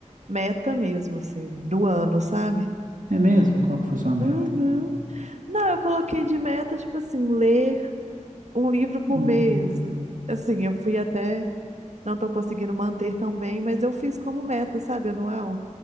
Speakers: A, on the right; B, on the right.
A: meta mesmo, assim, do ano, sabe?
B: É mesmo? Qual que foi sua meta?
A: Uhum. Não, eu coloquei de meta, tipo assim, ler um livro por
B: Hum,
A: mês. Assim, eu fui até, não tô conseguindo manter tão bem, mas eu fiz como meta, sabe, anual,